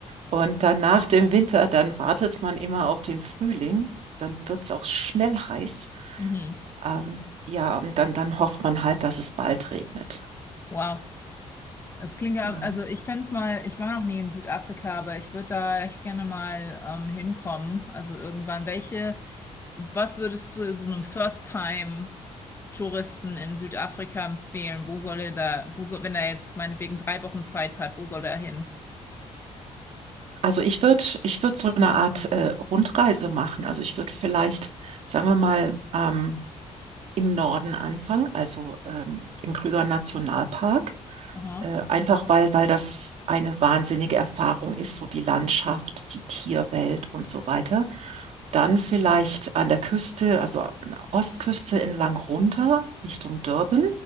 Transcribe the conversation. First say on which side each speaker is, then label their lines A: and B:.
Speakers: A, on the right; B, on the left.
A: Und dann nach dem Winter, dann wartet man immer auf den Frühling. Dann wird es auch schnell heiß.
B: Mhm.
A: Ähm, ja, und dann, dann hofft man halt, dass es bald regnet.
B: Wow. Das klingt ja,
A: Ja.
B: also ich fände es mal, ich war noch nie in Südafrika, aber ich würde da echt gerne mal ähm, hinkommen. Also irgendwann. Welche, Was würdest du so einem First-Time-Touristen in Südafrika empfehlen? Wo soll er da, wo soll, wenn er jetzt meinetwegen drei Wochen Zeit hat, wo soll er hin?
A: Also ich würde, ich würde so eine Art äh, Rundreise machen. Also ich würde vielleicht, sagen wir mal, ähm, im Norden anfangen, also ähm, im Krüger Nationalpark.
B: Aha.
A: Äh, einfach weil, weil das eine wahnsinnige Erfahrung ist, so die Landschaft, die Tierwelt und so weiter. Dann vielleicht an der Küste, also an der Ostküste entlang runter Richtung Durban,